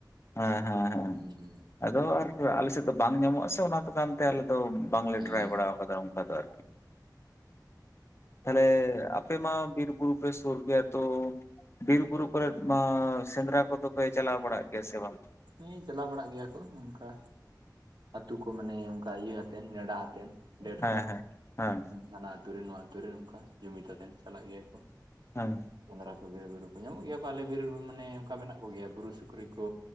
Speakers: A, on the left (about 35°); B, on the right (about 75°).
A: ᱦᱮᱸ ᱦᱮᱸ ᱦᱮᱸ
B: ᱦᱩᱸ᱾
A: ᱟᱫᱚ ᱟᱨ ᱟᱞᱮᱥᱮᱫ ᱫᱚ ᱵᱟᱝ ᱧᱟᱢᱚᱜᱼᱟ ᱥᱮ ᱚᱱᱟ ᱫᱳᱠᱟᱱᱛᱮ ᱟᱞᱮ ᱫᱚ ᱵᱟᱝᱞᱮ
B: ᱦᱮᱸ
A: ᱴᱨᱟᱭ ᱵᱟᱲᱟ ᱠᱟᱫᱟ ᱚᱱᱠᱟ ᱫᱚ ᱟᱨᱠᱤ ᱾ ᱛᱟᱦᱚᱞᱮ ᱟᱯᱮ ᱢᱟ ᱵᱤᱨ ᱵᱩᱨᱩ ᱯᱮ ᱥᱳᱨ ᱜᱮᱭᱟ ᱛᱳ ᱵᱤᱨ ᱵᱩᱨᱩ ᱠᱚᱨᱮ ᱢᱟ ᱥᱮᱸᱫᱽᱨᱟ ᱠᱚᱫᱚ ᱯᱮ ᱪᱟᱞᱟᱣ ᱵᱟᱲᱟᱜ ᱜᱮᱭᱟ ᱥᱮ ᱵᱟᱝ?
B: ᱦᱮᱸ ᱪᱟᱞᱟᱣ ᱵᱟᱲᱟᱜ ᱜᱮᱭᱟ ᱠᱚ ᱚᱱᱠᱟ ᱟᱹᱛᱩ ᱠᱚ ᱢᱟᱱᱮ ᱚᱱᱠᱟ ᱤᱭᱟᱹ ᱟᱛᱮᱜ ᱱᱮᱰᱟ ᱦᱟᱛᱮᱜ᱾ ᱰᱮᱴ
A: ᱦᱮᱸ
B: ᱠᱚ
A: ᱦᱮᱸ ᱦᱮᱸ
B: ᱦᱟᱱᱟ ᱟᱛᱳᱨᱮ ᱱᱚᱣᱟ ᱟᱛᱳᱨᱮ ᱚᱱᱠᱟ ᱡᱩᱢᱤᱫ ᱠᱟᱛᱮᱜ ᱪᱟᱞᱟᱜ ᱜᱮᱭᱟ ᱠᱚ ᱾
A: ᱦᱮᱸ᱾
B: ᱥᱮᱸᱫᱽᱨᱟ ᱠᱚ ᱵᱤᱨᱵᱩᱨᱩ ᱠᱚ ᱧᱟᱢᱚᱜ ᱜᱮᱭᱟ ᱠᱚ ᱟᱞᱮ ᱵᱤᱨᱵᱩᱨᱩ ᱢᱟᱱᱮ ᱚᱱᱠᱟ ᱢᱮᱱᱟᱜ ᱠᱚᱜᱮᱭᱟ ᱵᱩᱨᱩ ᱥᱩᱠᱨᱤ ᱠᱚ᱾